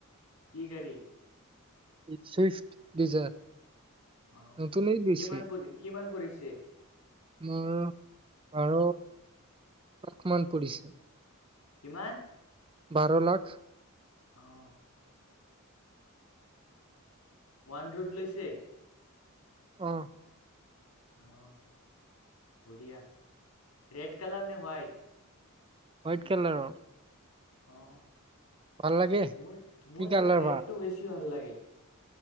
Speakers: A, on the left; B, on the right.
A: কি গাড়ী?
B: ইট, চুইফট ডিজাৰ।
A: অ'
B: নতুনেই লৈছে।
A: কিমান পৰি, কিমান পৰিছে?
B: মোৰ বাৰ লাখ মান পৰিছে।
A: কিমান?
B: বাৰ লাখ।
A: অ'। ওৱান ৰোড লৈছে?
B: অ'।
A: অ'। বঢ়িয়া। ৰেড কালাৰ নে হোৱাইট?
B: হোৱাইট কালাৰৰ।
A: অ', অ'।
B: ভাল লাগে?
A: মোৰ, মোৰ
B: কি কালাৰ
A: তাত ৰেডটো বেছি ভাল লাগে। <inaudible>